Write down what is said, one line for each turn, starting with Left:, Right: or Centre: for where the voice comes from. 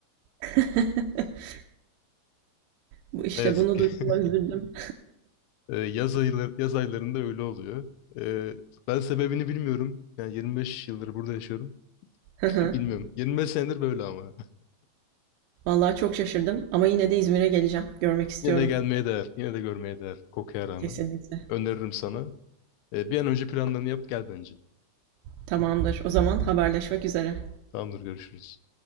Right: <laughs> Bu işte
Left: Ne yazık
Right: bunu
Left: ki.
Right: duyduğuma
Left: <laughs>
Right: üzüldüm.
Left: Ee, yaz ayları, yaz aylarında öyle oluyor. Ee, ben sebebini bilmiyorum. Yani 25 yıldır burada yaşıyorum.
Right: <laughs>
Left: <laughs> Bilmiyorum. 25 senedir böyle ama.
Right: Vallahi çok şaşırdım ama yine de İzmir'e geleceğim. Görmek
Left: <laughs>
Right: istiyorum.
Left: Yine de gelmeye değer. Yine de görmeye değer. Kokuya rağmen.
Right: Kesinlikle.
Left: Öneririm sana. Ee, bir an önce planlarını yap gel bence.
Right: Tamamdır. O zaman haberleşmek üzere.
Left: Tamamdır görüşürüz.